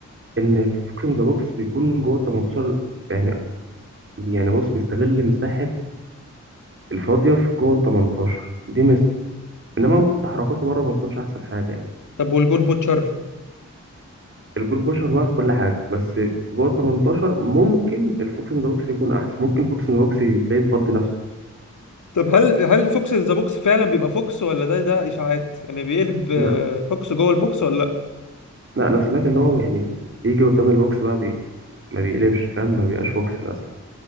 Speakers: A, on the right; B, on the left.
A: ان الفوكس ان ذا بوكس بيكون جوه ال 18 يعني يعني بص بيستغل مساحه الفاضيه في جوه ال 18 دي ميزته انما ممكن تحركاته بره ما تكونش احسن حاجه يعني
B: طب والجول بوتشر
A: الجول بوشر بقى في كل حاجه بس في جوه ال 18 ممكن الفوكس ان ذا بوكس يكون احسن ممكن الفوكس ان ذا بوكس تلاقيه مفضي نفسه
B: طب هل هل فوكس ذا بوكس فعلا بيبقى فوكس ولا ده ده اشاعات يعني بيقلب آه،
A: لا
B: فوكس جوه البوكس ولا لا
A: لا انا سمعت ان هو يعني بيجي قدام البوكس بقى بي ما بيقلبش فاهم ما بيبقاش فوكس للاسف